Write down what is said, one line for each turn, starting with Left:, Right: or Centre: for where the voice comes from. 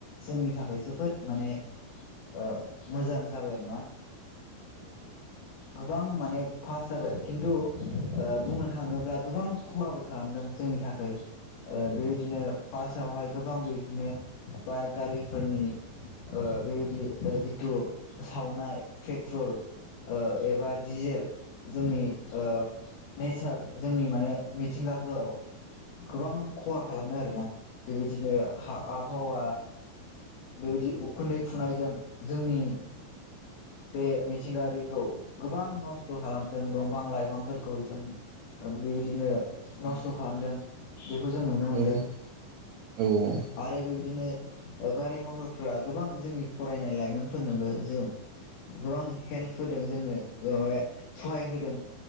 Left: जोंनि थाखाय जोबोद माने ओ मोजां जाबाय आरो ना। गोबां माने फार्स जाबाय खिन्तु बुंनो थाङोब्ला गोबां खहाबो खालामदों जोंनि थाखाय ओ बेबायदिनो फास आवहाय गोबां बेबादिनो बाइक गारिफोरनि ओ बेबायदि जितु सावनाय फेट ट्रल ओ एबा डिजेल जोंनि ओ नेचार जोंनि माने मिथिंगाखौ गोबां खहा खालामदों आरोना बेबायदिनो हा आबहावा बेबायदि उखुन्दै खुनायजों जोंनि बे मिथिंगायारिखौ गोबां नस्थ' खालाम दों दंफां लाइफांफोरखौ जों बेबायदिनो नस्थ'
Right: औ
Left: खालामदों। खौ जों नुनो
Right: औ
Left: मोनदों
Right: औ औ
Left: आरो बेब दिनो गारि मथरफ्रा गोबां जोंनि फरायनाय लाइमोनफोरनोबो जों गोबां हेल्प होदों जोंनो माबाया सहाय होदों